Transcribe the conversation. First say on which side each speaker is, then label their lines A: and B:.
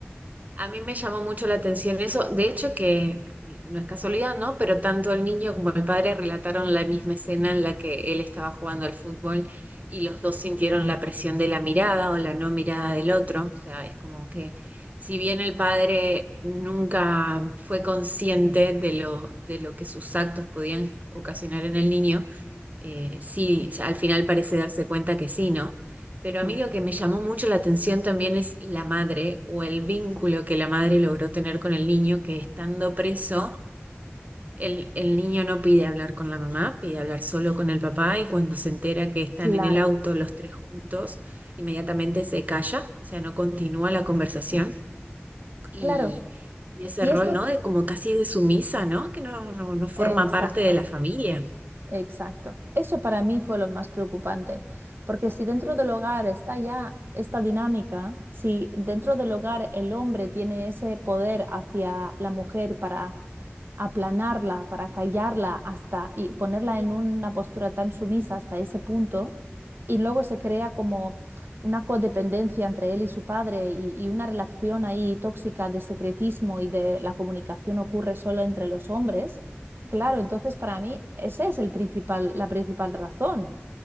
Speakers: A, on the right; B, on the right.
A: A mí me llamó mucho la atención eso, de hecho que no es casualidad, ¿no? Pero tanto el niño como el padre relataron la misma escena en la que él estaba jugando al fútbol y los dos sintieron la presión de la mirada o la no mirada del otro. O sea, es como que si bien el padre nunca fue consciente de lo, de lo que sus actos podían ocasionar en el niño, eh, sí, al final parece darse cuenta que sí, ¿no? Pero
B: Mm,
A: a mí lo que me llamó mucho la atención también es la madre o el vínculo que la madre logró tener con el niño, que estando preso, el, el niño no pide hablar con la mamá, pide hablar solo con el papá y cuando se entera que están
B: Claro,
A: en el auto los tres juntos, inmediatamente se calla, o sea, no continúa la conversación y,
B: claro.
A: y ese
B: Y
A: rol,
B: esto,
A: ¿no?
B: ti-
A: De como casi de sumisa, ¿no? Que no, no, no forma
B: exacto.
A: parte de la familia.
B: Exacto. Eso para mí fue lo más preocupante, porque si dentro del hogar está ya esta dinámica, si dentro del hogar el hombre tiene ese poder hacia la mujer para aplanarla, para callarla hasta y ponerla en una postura tan sumisa hasta ese punto, y luego se crea como una codependencia entre él y su padre y, y una relación ahí tóxica de secretismo y de la comunicación ocurre solo entre los hombres. Claro, entonces para mí esa es el principal, la principal razón.